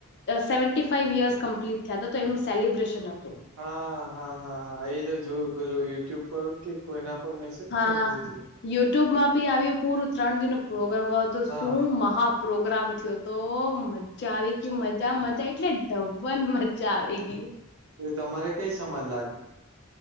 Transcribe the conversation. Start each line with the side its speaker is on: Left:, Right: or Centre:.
Left: સેવન્ટી ફાઈ યર્સ કમ્પ્લીટ થયા હતા તો એનું સેલિબ્રેશન હતું.
Right: હા હા હા હા એ તો જોયું પેલું યુટ્યુબ પર કે કોઈના પર મેસેજ
Left: હા
Right: જોયું હતું.
Left: યુટ્યુબમાં ભી આવ્યું પૂરું ત્રણ દિ ન પ્રોગ્રામ તો
Right: હા
Left: શું મહા પ્રોગ્રામ થયો તો મજા આવી ગઈ મજા મજા એટલે ડબલ મજા આવી ગઈ.
Right: એ તમારે કઈ સમાજ લાગે?